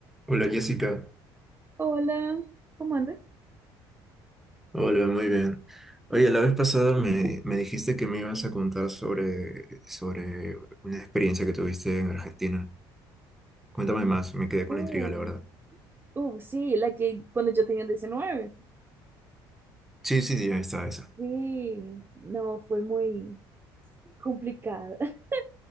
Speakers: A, in the centre; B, on the right.
A: Hola Jessica,
B: Hola, ¿cómo andas?
A: hola, muy bien. Oye,
B: Bien.
A: la vez pasada me, me dijiste que me ibas a contar sobre, sobre una experiencia que tuviste en Argentina. Cuéntame más, me quedé con
B: Uh,
A: la intriga, la verdad.
B: uh, sí, la que cuando yo tenía 19.
A: Sí, sí, ya está esa.
B: Sí, no, fue muy complicada. <laughs>